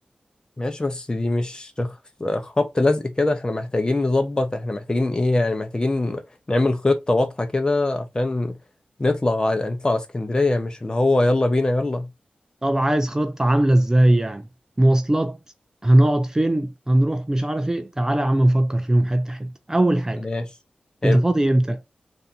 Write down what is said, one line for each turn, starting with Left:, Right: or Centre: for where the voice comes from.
Left: ماشي بس دي مش خ- خبط لزق كده احنا محتاجين نظبط احنا محتاجين ايه يعني محتاجين نعمل خطة واضحة كده عشان نطلع على نطلع على اسكندرية مش اللي هو يلا بينا يلا
Right: طب عايز خطة عاملة ازاي يعني؟ مواصلات هنقعد فين؟ هنروح مش عارف ايه تعالى يا عم نفكر فيهم حتة حتة أول حاجة
Left: ماشي حلو
Right: انت فاضي امتى؟